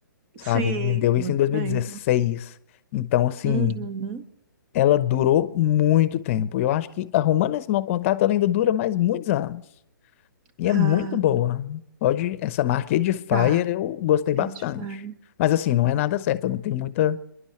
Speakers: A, on the left; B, on the right.
A: sabe?
B: Sim.
A: Ele me deu
B: Muito
A: isso em dois mil
B: tempo.
A: e dezesseis. Então, assim,
B: Uhum.
A: ela durou muito tempo. Eu acho que arrumando esse mau contato, ela ainda dura mais muitos anos. E
B: Ah,
A: é muito boa. Pode, essa marca Edifier
B: tá.
A: eu gostei bastante.
B: É diferente.
A: Mas assim, não é nada certo, eu não tenho muita,